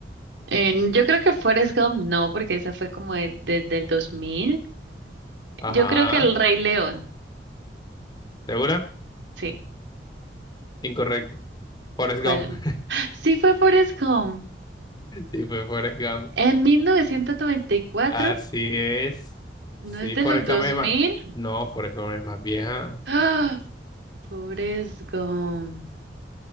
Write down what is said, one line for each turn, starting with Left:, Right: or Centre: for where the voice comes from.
Right: Eh, yo creo que Forrest Gump no, porque esa fue como de- desde el 2000.
Left: Ajá.
Right: Yo creo que El Rey León,
Left: ¿Segura?
Right: sí.
Left: Incorrecto. Forrest
Right: ¿Cuál?
Left: Gump. <laughs>
Right: <gasps> Sí fue Forrest Gump.
Left: Sí, fue Forrest Gump.
Right: En 1994,
Left: Así es.
Right: no
Left: Sí,
Right: es de
Left: Forrest
Right: los 2000.
Left: Gump es más. No, Forrest Gump es más vieja.
Right: Ah, Forrest Gump.